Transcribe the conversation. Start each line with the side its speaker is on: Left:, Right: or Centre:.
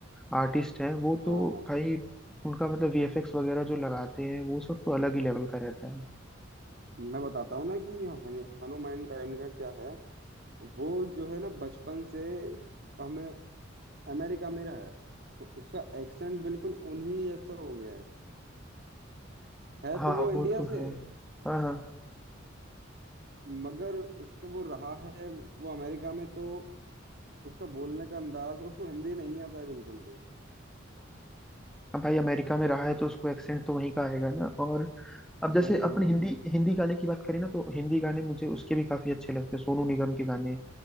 Centre: आर्टिस्ट हैं वो तो
Right: हाँ हाँ।
Centre: भाई उनका मतलब वीएफएक्स वगैरह जो लगाते हैं वो सब तो अलग ही लेवल का रहता है
Right: मैं बताता हूँ ना कि हनु- हनुमान काइंड का क्या है वो जो है ना बचपन से हमें अमेरिका में रहा है तो उसका एक्सेंट बिल्कुल उन्हीं जैसा हो गया है है
Centre: हाँ
Right: तो वो इंडिया
Centre: वो तो
Right: से
Centre: है हाँ हाँ
Right: मगर उसका वो रहा है वो अमेरिका में तो उसका बोलने का अंदाज उसको हिंदी नहीं आता है बिल्कुल भी
Centre: अब भाई अमेरिका में रहा है तो उसको एक्सेंट तो वहीं का आएगा ना और अब जैसे
Right: वही
Centre: अपन हिंदी हिंदी गाने की बात करें ना तो हिंदी गाने मुझे उसके भी काफी अच्छे लगते हैं सोनू निगम के गाने